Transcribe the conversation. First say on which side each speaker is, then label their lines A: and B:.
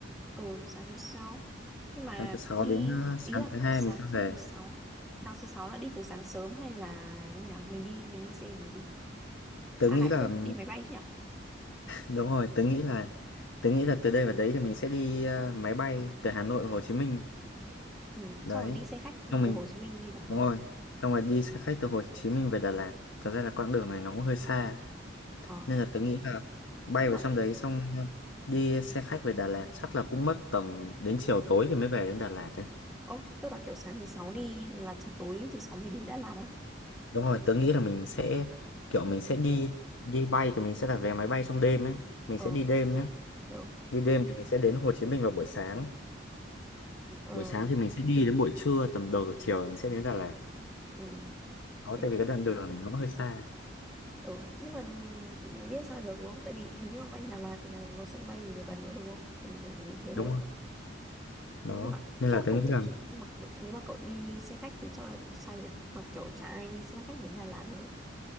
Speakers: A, in the centre; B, on the left.
A: ờ sáng thứ sáu. Nhưng mà
B: sáng thứ sáu
A: đi
B: đến ờ,
A: ý
B: sáng
A: là
B: thứ hai
A: sáng
B: mình sẽ
A: sáng
B: về
A: thứ sáu. tháng thứ sáu là đi từ sáng sớm hay là như nào? Mình đi mình đi xe gì đi?
B: tớ
A: À
B: nghĩ
A: hãy
B: là
A: quyết
B: <laughs>
A: đi máy bay chứ nhỉ?
B: đúng rồi tớ nghĩ là tớ nghĩ là từ đây vào đấy thì mình sẽ đi ờ, máy bay từ Hà Nội và Hồ Chí Minh
A: Ừ.
B: đấy
A: Xong rồi đi xe khách
B: xong mình
A: từ Hồ Chí Minh đi Đà Lạt.
B: đúng rồi xong rồi đi xe khách từ Hồ Chí Minh về Đà Lạt thật ra là quãng đường này nó cũng hơi xa
A: Ờ.
B: nên là tớ nghĩ là bay
A: Mà,
B: vào trong đấy xong ờ, đi xe khách về Đà Lạt chắc là cũng mất tầm đến chiều tối thì mới về đến Đà Lạt đấy
A: ơ tức là kiểu sáng thứ sáu đi là chiều tối thứ sáu mình đến Đà Lạt à?
B: đúng rồi tớ nghĩ là mình sẽ kiểu mình sẽ đi đi bay thì mình sẽ đặt vé máy bay trong đêm ấy mình
A: Ờ,
B: sẽ đi đêm nhá
A: được.
B: Đi đêm thì mình sẽ đến Hồ Chí Minh vào buổi sáng.
A: Ờ,
B: Buổi sáng thì mình sẽ đi đến buổi trưa, tầm đầu giờ chiều thì mình sẽ đến Đà Lạt.
A: ừ.
B: Đó,
A: Thế
B: tại vì
A: cũng-
B: cái đoạn đường này nó hơi xa.
A: ừ. Nhưng mà biết sao được đúng không? Tại vì hình như ở anh Đà Lạt thì là có sân bay gì gần nữa đúng không? Thì mình để mình đi thế thôi.
B: Đúng rồi. Đó.
A: Nhưng mà
B: Nên
A: chắc
B: là
A: là
B: tôi
A: không
B: nghĩ là...
A: mà, nếu mà cậu đi xe khách thì chắc là say nhỉ? Mà kiểu chả ai đi xe khách đến Đà Lạt luôn đấy.